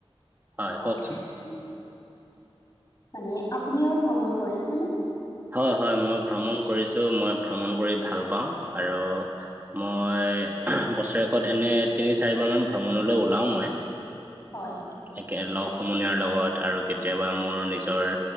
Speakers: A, on the right (about 20°); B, on the left (about 35°).
A: হয়
B: অ',
A: কওকচোন
B: ক'বচোন মানে, আপুনিও ভ্ৰমণ কৰিছেনে?
A: হয় হয় মই ভ্ৰমণ কৰিছো মই ভ্ৰমণ কৰি ভাল পাওঁ আৰু মই বছৰেকত এনে, তিনি চাৰিবাৰ মান ভ্ৰমণলৈ ওলাও মই
B: হয় হয়
A: একে লগ সমনীয়াৰ লগত আৰু কেতিয়াবা মোৰ নিজৰ